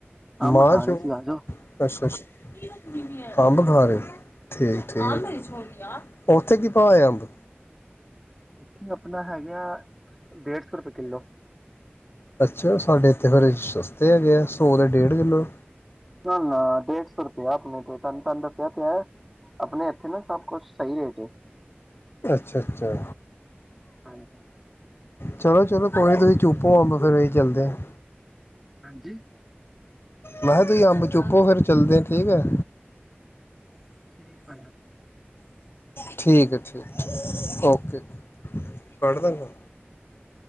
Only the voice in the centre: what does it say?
ਅੰਬ
ਖਾ
ਰਹੇ ਸੀ ਆ ਜਾਓ।
ਹਾਂਜੀ ਹਾਂਜੀ
ਇੱਥੇ ਆਪਣਾ ਹੈਗੇ ਆ ਡੇਢ ਸੌ ਰੁਪਏ ਕਿੱਲੋ
ਨਾ ਨਾ ਡੇਢ ਸੌ ਰੁਪਇਆ ਆਪਣੇ ਤੇ ਤਹਨੂੰ ਤਹਾਨੂੰ ਦੱਸਿਆ ਤੇ ਆਪਣੇ ਇੱਥੇ ਨਾ ਸਭ ਕੁਛ ਸਹੀ ਰੇਟ ਹੈ
ਹਾਂਜੀ
ਹਾਂਜੀ
ਠੀਕ ਭਾਈ